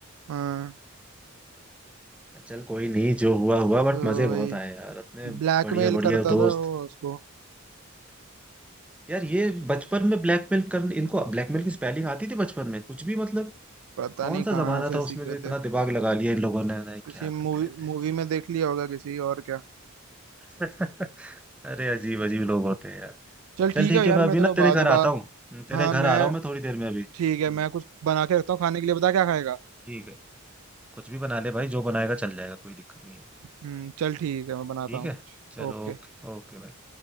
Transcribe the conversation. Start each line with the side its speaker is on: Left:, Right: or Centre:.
Right: हाँ
Centre: चल कोई नहीं जो हुआ हुआ
Right: तो
Centre: बट मजे
Right: वही
Centre: बहुत आए यार अपने
Right: ब्लैकमेल
Centre: बढ़िया बढ़िया
Right: करता
Centre: दोस्त
Right: था वो उसको
Centre: यार ये बचपन में ब्लैकमेल कर इनको ब्लैकमेल की स्पेलिंग आती थी बचपन में कुछ भी मतलब
Right: पता
Centre: कौन
Right: नहीं
Centre: सा
Right: कहाँ
Centre: जमाना
Right: से
Centre: था
Right: सीख
Centre: उसमें
Right: गए
Centre: जो इतना
Right: थे
Centre: दिमाग लगा लिया इन लोगों ने नहीं,
Right: किसी
Centre: क्या
Right: मूवी
Centre: करते रहते
Right: मूवी में देख लिया होगा किसी और क्या
Centre: हैं <laughs> अरे अजीब अजीब लोग होते हैं यार
Right: चल
Centre: चल
Right: ठीक
Centre: ठीक
Right: है यार
Centre: है मैं
Right: मैं
Centre: अभी
Right: तेरे
Centre: ना
Right: को बाद
Centre: तेरे घर
Right: में बात
Centre: आता हूँ हम्म, तेरे
Right: हाँ
Centre: घर
Right: मैं
Centre: आ रहा हूँ मैं थोड़ी देर में अभी
Right: ठीक है
Centre: हम्म,
Right: मैं कुछ बना के रखता हूँ खाने के लिए बता क्या खाएगा
Centre: ठीक है कुछ भी बना ले भाई जो बनाएगा चल जाएगा कोई दिक्कत नहीं है
Right: हम्म चल ठीक है मैं बनाता
Centre: ठीक
Right: हूँ
Centre: है
Right: कुछ
Centre: चलो
Right: ओके
Centre: ओके ओके भाई